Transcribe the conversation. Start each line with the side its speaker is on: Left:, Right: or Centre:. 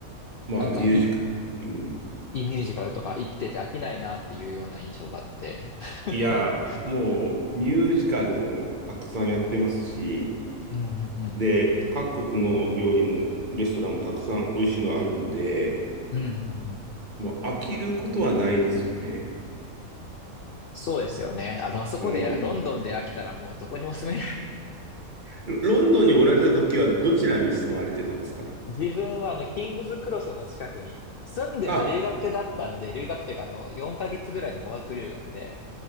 Right: まあ、
Left: なんかい、
Right: ミュージカ、うん。
Left: いいミュージカルとか生きてて飽きないなっていうような印象があって。<laughs>
Right: いや、もう、ミュージカルもたくさんやってますし、
Left: うんうんうん。
Right: で、各国の料理も、レストランもたくさん美味しいのあるんで、
Left: うんうんうん。
Right: もう飽きることはないですよね。
Left: そうですよね。あの、あそこで、
Right: うん。
Left: ロンドンで飽きたらもうどこにも住めな
Right: ロロンドンにおられた時はどちらに住まわれてたんですか
Left: 自分はあの、キングズクロスの近くに、住んでも留学だったんで、
Right: あ、
Left: 留学というかあの、4ヶ月ぐらいの語学留学で、